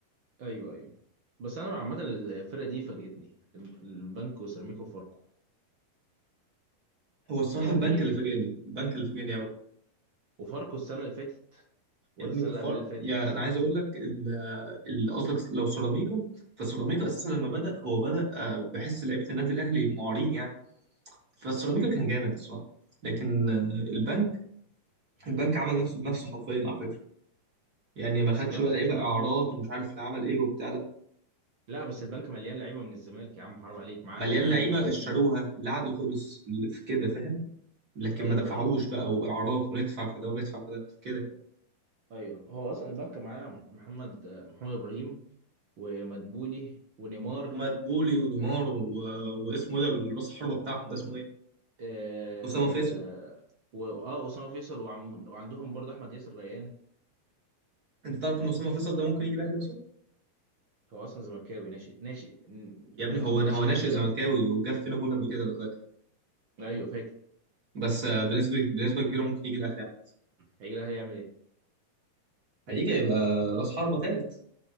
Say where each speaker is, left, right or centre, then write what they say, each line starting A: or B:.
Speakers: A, on the right (about 55°); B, on the right (about 25°).
A: ايوه ايوه بس انا عامة الفرقة دي فاجئتني الب- البنك وسيراميكا وفاركو
B: هو الصراحه
A: يعني
B: البنك اللي فاجئني البنك اللي فاجئني قوي
A: وفاركو السنة اللي فاتت ولا
B: يا ابني
A: السنة
B: فر...
A: اللي قبل اللي فاتت
B: يا انا عايز اقول لك ال- ال- قصدك لو سيراميكا فسيراميكا اساسا لما بدأ هو بدأ آه، بحس لعيبه النادي الاهلي المعارين يعني فالسيراميكا كان جامد الصراحه لكن آه، البنك البنك عمل نفسه بنفسه حرفيا على فكره يعني ما
A: بس
B: خدش
A: البنك
B: بقى لعيبه
A: اكيد معاه
B: اعارات
A: فلوس برضه
B: ومش عارف اللي عمل ايه وبتاع لا
A: لا بس البنك مليان لعيبة من الزمالك يا عم حرام عليك معاه
B: مليان
A: محمد
B: لعيبه
A: ابراهيم
B: اشتروها اللي قعدوا خلص
A: و...
B: اللي في كده فاهم لكن
A: ايوه
B: ما دفعوش
A: ايوه
B: بقى واعارات وندفع في ده وندفع في ده كده
A: ايوه هو اصلا البنك معاه محمد محمد ابراهيم ومدبولي ونيمار
B: ومدبولي ونيمار و... واسمه ايه ده راس الحربه بتاعهم ده اسمه ايه؟
A: آه
B: اسامه فيصل
A: و- اه اسامه فيصل وعم وعندهم برضه احمد ياسر ريان
B: انت تعرف ان اسامه فيصل ده ممكن يجي الاهلي اصلا
A: هو اصلا زملكاوي ناشئ ناشئ
B: يا
A: من
B: ابني هو هو
A: ناشئين
B: ناشئ
A: الزمالك
B: زملكاوي وجاب فينا جون قبل كده لو فاكر
A: ايوه فاكر
B: بس آه، بنسبه بنسبه كبيره ممكن يجي الاهلي يعني.
A: هيجي لها هيعمل ايه؟
B: هيجي هيبقى راس حربة ثالث